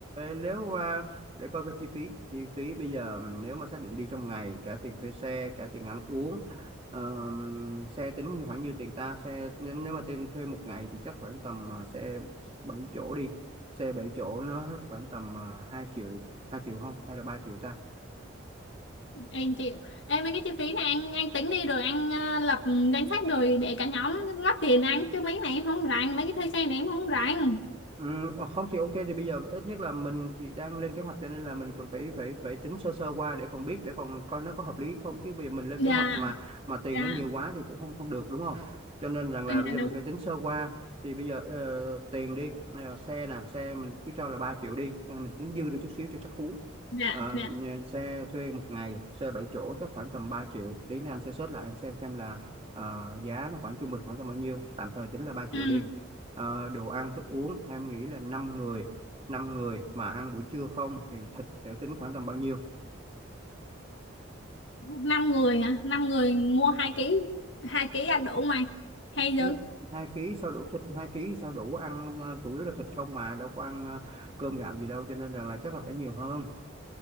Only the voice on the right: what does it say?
Nếu mà để coi cái chi phí chi phí bây giờ ừm, nếu mà xác định đi trong ngày cả tiền thuê xe cả tiền ăn uống ờm, xe tính như khoảng như tiền ta xe nên nếu mà tiền thuê một ngày thì chắc khoảng tầm ờ, xe 7 chỗ đi xe 7 chỗ nó hết khoảng tầm uh, 2 triệu 2 triệu không hay là 3 triệu ta
Ừ, ờ, không thì ok thì bây giờ ít nhất là mình thì đang lên kế hoạch cho nên là mình cần phải phải phải tính sơ sơ qua để còn biết để còn coi nó có hợp lý không chứ bây giờ mình lên
kế hoạch mà mà tiền
nó nhiều quá thì cũng không không được đúng không cho nên rằng
là bây
giờ
mình phải tính sơ qua thì bây giờ ờ, tiền đi ờ, xe nè xe mình cứ cho là 3 triệu đi Ờ, mình tính dư được chút xíu cho chắc cú
Ờ,
nhà- xe thuê một ngày xe 7 chỗ chắc khoảng tầm ba triệu tí nữa anh sẽ search lại anh xem xem là ờ, giá nó khoảng trung bình khoảng tầm bao nhiêu tạm thời tính là ba
triệu đi Ờ, đồ ăn thức uống em nghĩ là năm người năm người mà ăn buổi trưa không thì thịt sẽ tính khoảng tầm bao nhiêu
hai hai ký sao đủ thịt hai ký sao đủ ăn ờ, chủ yếu là thịt không mà đâu có ăn ờ, cơm gạo gì đâu cho nên rằng là, chắc là phải nhiều hơn